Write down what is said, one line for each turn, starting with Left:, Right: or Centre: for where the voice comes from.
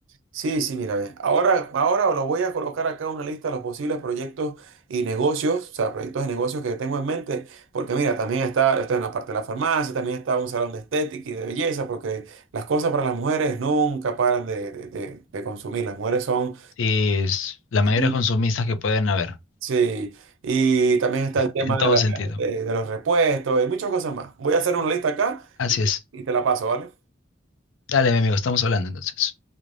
Right: sí, sí, mira, ve. Ahora, ahora os lo voy a colocar acá una lista de los posibles proyectos y negocios, o sea, proyectos de negocios que tengo en mente, porque mira, también está, está en la parte de la farmacia, también está un salón de estética y de belleza, porque las cosas para las mujeres nunca paran de, de- de- de consumir, las mujeres son...
Left: Sí, es la mayoría
Right: y-
Left: de consumistas que pueden haber,
Right: Sí, y también está el tema
Left: en
Right: de,
Left: todo
Right: la-
Left: sentido.
Right: de- de los repuestos y muchas cosas más. Voy a hacer una lista acá
Left: Así
Right: y,
Left: es.
Right: y te la paso, ¿vale?
Left: Dale, mi amigo, estamos hablando entonces.